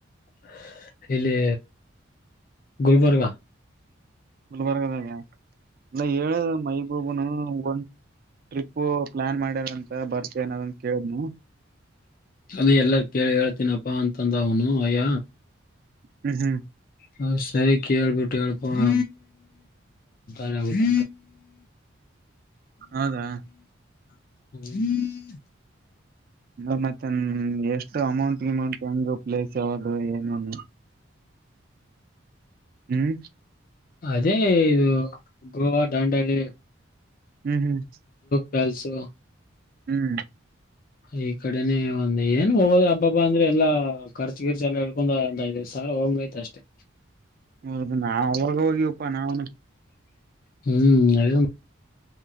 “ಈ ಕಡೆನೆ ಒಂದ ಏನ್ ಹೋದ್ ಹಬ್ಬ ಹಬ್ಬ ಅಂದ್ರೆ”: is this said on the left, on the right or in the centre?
Left